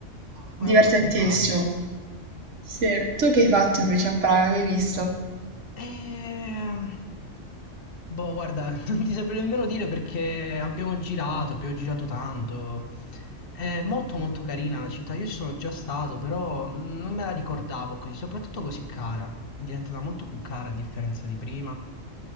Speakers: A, on the right; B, on the left.
A: divertentissimo.
B: Una cosa simpatica.
A: Sì. Tu che hai fatto invece a Praga? Che hai visto?
B: Ehm, boh, guarda, <laughs> non ti saprei nemmeno dire perché abbiamo girato, abbiamo girato tanto. È molto molto carina la città, io ci sono già stato, però non me la ricordavo così, soprattutto così cara. È diventata molto più cara a differenza di prima.